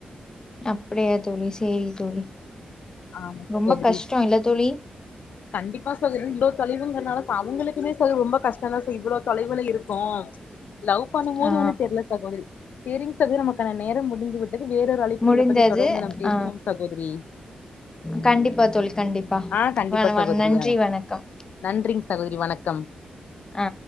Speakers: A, on the left; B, on the left.
A: அப்படியா தோழி சேரி தோழி
B: ஆமா
A: ரொம்ப
B: சகோதரி
A: கஷ்டோ இல்ல தோழி
B: கண்டிப்பா சகோதரி இ்வ்ளோ தொலைவுங்கனால அவங்களுக்குமே <unintelligible> ரொம் ரொம்ப கஷ்டம்தா <unintelligible> இவளோ தொலைவுல இருக் இப்போ லவ் பண்ணும்போது
A: ஆ
B: ஒன்னும் தெரியல சகோதரி சேரிங் தோழி நமக்கான நேரம் முடிஞ்சுவிட் அடுத்து வேறொரு அழைப்புல
A: முடிந்தது
B: இத பத்தி தொடர்ந்து நம் பேசுவோம்
A: ஆ
B: சகோதரி
A: கண்டிப்பா தோழி கண்டிப்பா
B: ஆ கண்டிப்பா
A: வண வ
B: சகோதரி
A: நன்றி
B: ஆ
A: வணக்கம்
B: நன்றிங்க சகோதரி வணக்கம்
A: அ